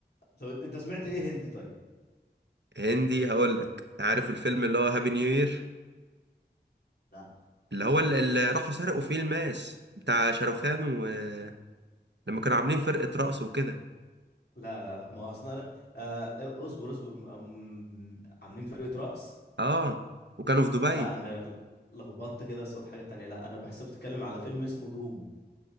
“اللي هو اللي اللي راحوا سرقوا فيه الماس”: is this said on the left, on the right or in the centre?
Right